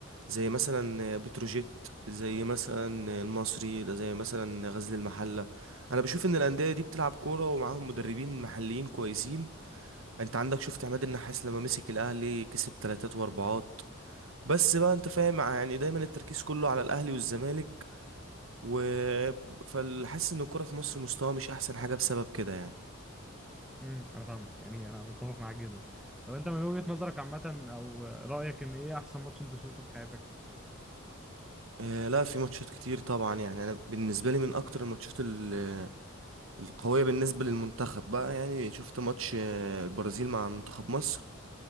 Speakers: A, on the right; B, in the centre.
A: زي مثلا بتروجيت زي مثلا المصري زي مثلا غزل المحلة أنا بشوف إن الأندية دي بتلعب كورة ومعاهم مدربين محليين كويسين أنت عندك شفت عماد النحاس لما مسك الأهلي كسب تلاتات وأربعات بس بقى أنت فاهم يعني دايما التركيز كله على الأهلي والزمالك و فحاسس إن الكورة في مصر مستواها مش أحسن حاجة بسبب كده يعني
B: امم انا فاهمك يعني انا متفق معاك جدا طب انت من وجهه نظرك عامه او رايك ان ايه احسن ماتش انت شفته في حياتك
A: آه، لا في ماتشات كتير طبعا يعني انا بالنسبه لي من اكتر الماتشات ال- القويه بالنسبه للمنتخب بقى يعني شفت ماتش آه، البرازيل مع منتخب مصر